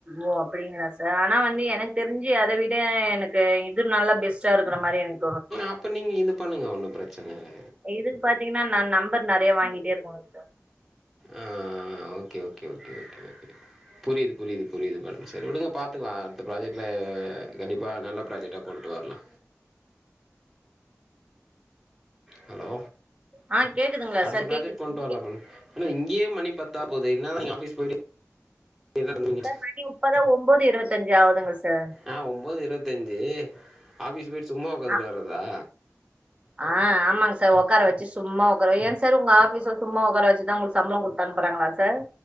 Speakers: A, on the right; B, in the centre.
A: ஓ அப்டிங்ளா சார் ஆனா வந்து எனக்கு தெரிஞ்சு அத விட எனக்கு இது நல்லா பெஸ்ட்டா இருக்கிற மாரி இருக்
B: அப்போ நீங்க இது பண்ணுங்க ஒன்னு பிரச்சன இல்ல
A: இதுக் பாத்தீங்னா நா நம்பர் நறைய வாங்கிட்டே இருக்குனு
B: ஆ okay okay okay okay okay புரிது புரிது புரிது மேடம் சேரி விடுங்க பாத்துக்கிளா அடுத்த ப்ராஜெக்ட்ல கண்டிப்பா நல்லா ப்ராஜெக்ட்டா கொண்டு வர்லா ஹலோ
A: ஆ கேக்குதுங்களா
B: அடுத்த
A: சார்
B: ப்ராஜெக்ட்
A: கேக்குது
B: கொண்டு வர்ல
A: கேக்குது
B: மேம் ஆனா இங்கியே மணி பத்தாப் போது என்னாதா நீங்க ஆபிஸ் போயிட்டு என்ன பண்ணுவீங்க
A: சார் மணி இப்பதா ஒம்பது இருவத்தஞ்சு ஆவுதுங்க சர்
B: ஆ ஒம்பது இருவத்தஞ்சு ஆஃபீஸ் போய்ட்டு சும்மா உக்காந்துட்டு
A: ஆ
B: வர்றதா
A: ஆ ஆமாங் சார் உக்கார வச்சு சும்மா உக்கார ஏ சார் உங்க ஆபீஸ்ல சும்மா உக்கார வச்சு தா உங்ளுக்கு சம்புளோ குடு தன்ப்புறாங்களா சார்